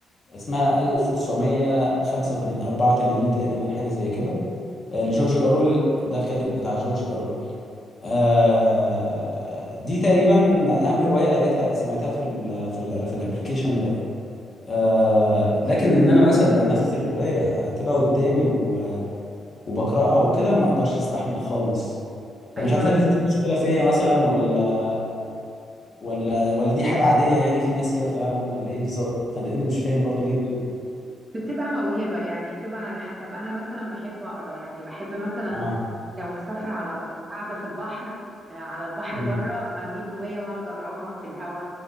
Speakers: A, on the left; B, on the right.
A: اسمها 1985 84 تقريبا حاجه زي كده آه، لجورج اورويل ده الكاتب بتاع جورج اورويل آه، دي تقريبا اهم روايه قريتها سمعتها في ال في ال في الابلكيشن ده آه لكن ان انا مثلا لو نفس الروايه هتبقى قدامي و- وبقراها وكده ما اقدرش استحمل خالص فانا
B: ايوه
A: مش عارف هل دي مشكله فيا مثلا ولا ولا ولا دي حاجه عاديه يعني في ناس كده فعلا ولا ايه بالظبط انا لاني مش فاهم برضو ليه ال-
B: بتبقى موهبة يعني بتبقى على حسب أنا مثلا بحب أقرأ يعني بحب مثلا
A: اه
B: لو مسافرة على قاعدة في البحر آه، على البحر
A: مم.
B: بره أجيب رواية وأقعد أقراها في الهوا